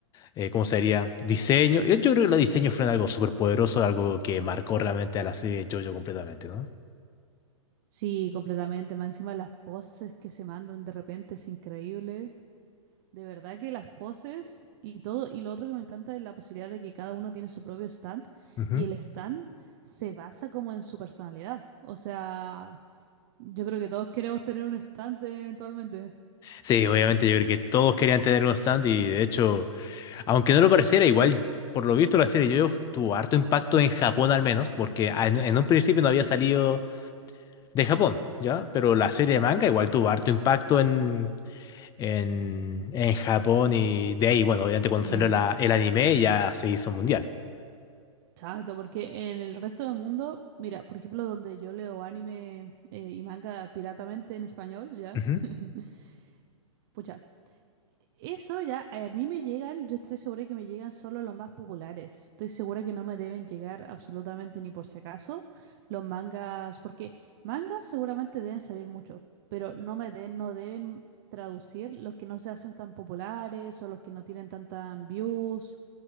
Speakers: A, on the left (about 20°); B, on the right (about 40°).
A: eh, ¿cómo sería? Diseño. Yo, yo creo que los diseños fueron algo súper poderoso, algo que marcó realmente a la serie de JoJo completamente, ¿no?
B: Sí, completamente. Más encima las poses que se mandan de repente es increíble. De verdad que las poses y todo. Y lo otro que me encanta es la posibilidad de que cada uno tiene su propio stand
A: Ujú.
B: y el stand se basa como en su personalidad. O sea, yo creo que todos queremos tener un stand eh, eventualmente.
A: Sí, obviamente yo creo que todos querían tener un stand y de hecho... Aunque no lo pareciera, igual por lo visto la serie yo tuvo harto impacto en Japón al menos, porque a- en, en un principio
B: Ujú.
A: no había salido de Japón, ¿ya? Pero la serie
B: Ya.
A: de manga igual tuvo harto impacto en, en, en Japón y de ahí, bueno, obviamente cuando
B: Bien,
A: salió la, el anime ya se hizo mundial.
B: Exacto, porque en el resto del mundo, mira, por ejemplo, donde yo leo anime eh, y manga piratamente en español, ¿ya?
A: Ujú.
B: <laughs> Pucha, eso ya a mí me llegan, yo estoy segura que me llegan solo los más populares. Estoy segura que no me deben llegar absolutamente ni por si acaso los mangas, porque mangas seguramente deben salir mucho, pero no me de- no deben traducir los que no se hacen tan populares o los que no tienen tantas views.